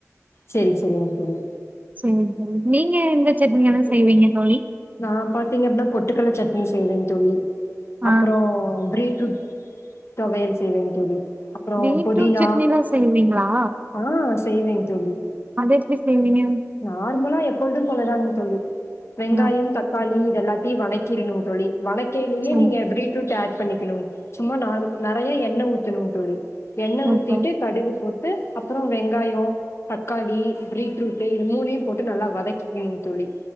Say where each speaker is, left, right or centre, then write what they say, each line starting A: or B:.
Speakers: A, on the left; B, on the right.
A: செரி செரிங்க தோழி
B: சரிங்க தோழி நீங் நீங்க எந்த சட்னிய வேணாலு செய்வீங்க தோழி
A: நான் பாத்தீங்க அப்படின்னா பொட்டுக்கள்ள சட்னி செய்வேன்னு சொல்லி அப்புறம்
B: ஆ
A: பீரீட் தொவையல் செய்யனும் தோழி அப்றோ
B: பீட்ரூட்
A: புதினா
B: சட்னி தா செய்வீங்களா
A: ஆ செய்வேங் தோழி
B: அதெப்புடி செய்வீங்க
A: நார்மலா எப்பொழுதும் போலதாங் தோழி வெங்காயம்
B: ஆ
A: தக்காளி எல்லாத்தி வணக்கிறணு தோழி வணக்கிலேயே
B: சேரி
A: நீங்க பீரிட்ரூட் ஆட் பண்ணிக்கணும் சும்மா நார் நறையா எண்ணெ ஊத்தணுங் தோழி எண்ணெ
B: ஓகே
A: ஊத்திட்டு கடுகு போட் த்து அப்புறம் வெங்காயோ தக்காளி பீரிட்ரூட் டு இது மூணியும் போட்டு நல்லா வதக்கிக்கிணும் தோழி